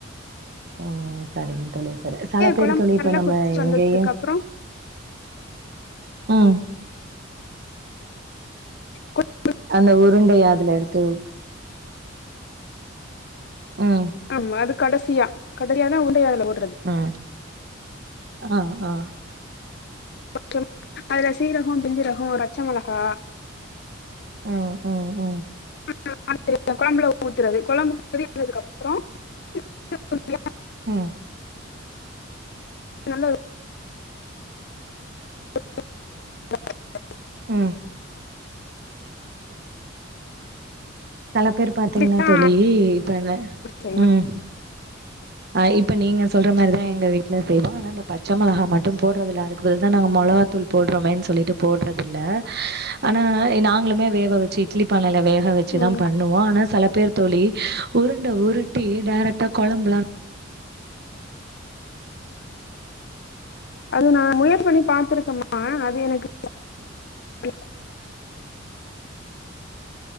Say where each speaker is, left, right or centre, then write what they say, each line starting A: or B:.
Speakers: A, on the right; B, on the left.
A: ம் சரிங்க தோழி சரி சல பேரு
B: கொழம்பு
A: தோழி இப்ப
B: நல்லா
A: நம்ம
B: கொதிச்சு வந்ததுக்கு
A: எங்கயு
B: அப்புறோ
A: ம்
B: கு
A: அந்த உருண்டைய அதுல எடுத்து ம்
B: ஆமா அதுக் கடசியா கடசியாதா உருண்டைய அதுல போடு
A: உ ஆ ஆ
B: பச்சம் அதுல சீரகோ ஜிஞ்சரகோ பச்ச மொளகா
A: ம் ம் ம்
B: <unintelligible> கொழம்புல ஊத்துறது கொழம்பு கொதிக்கறதுகப்பறோ <unintelligible>
A: ம்
B: நல்ல ஒரு <unintelligible>
A: ம் செல பேர் பாத்தீங்ன்னா
B: அப்டித்தா
A: தோழி இப்ப என்ன
B: செய்வே
A: ம் ஆ இப்ப நீங்க சொல்ற மாரிதா எங்க வீட்ல செய்வோ ஆனா இந்த பச்ச மெளகா மட்டோ போடுறதுல்ல அதுக்கு பதில்தா நாங்க மொ மொளகாத்தூள் போடுறோமேன்னு சொல்லிட்டு போடுறதில்ல ஆனா நாங்களுமே வேவ வெச்சு இட்லி பானைல வேக வெச்சுதா
B: ம்
A: பண்ணுவோ ஆனா செல பேர் தோழி உருண்ட உருட்டி டைரக்டா கொழம்புலா
B: அது நா முயற்சி பண்ணி பாத்திருக்கமா அது எனக்கு <unintelligible>
A: <inaudible>